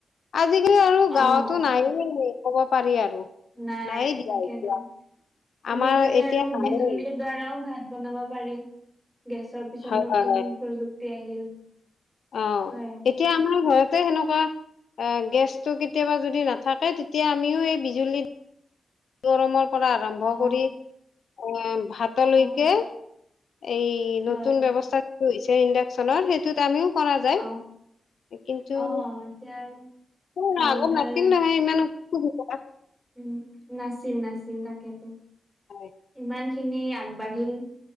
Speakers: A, on the left; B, in the centre.
A: আজিকালি আৰু
B: অ',
A: গাঁৱতো
B: অ',
A: নায়েই ক'ব পাৰি আৰু
B: নাই
A: দিয়া
B: তাকেতো
A: এতিয়া আমাৰ
B: আজিকালি
A: এতিয়া
B: আৰু
A: নাইয়ে
B: বিজুলীৰ
A: হয়
B: দ্বাৰাও ভাত বনাব পাৰি গেছৰ পিছত
A: হয়
B: নতুন
A: হয়
B: প্ৰযুক্তি আহিল।
A: অ',
B: হয়।
A: এতিয়া আমাৰ ঘৰত সেনেকুৱা গেছটো কেতিয়াবা যদি নাথাকে তেতিয়া আমিও এই বিজুলী গৰমৰ পৰা আৰম্ভ
B: অ
A: কৰি এ ভাতলৈকে
B: অ
A: এই
B: হয়
A: নতুন ব্যৱস্থা যিটো হৈছে ইণ্ডাকচনৰ সেইটোত আমিও কৰা যায়
B: অ
A: কিন্তু
B: অ এতিয়া আৰু
A: কোনো নাই
B: ভাল
A: আগত
B: ভাল
A: নাছিল নহয় ইমান <unintelligible>
B: উম, নাছিল-নাছিল তাকেতো
A: হয়
B: ইমান খিনি আগবাঢ়িল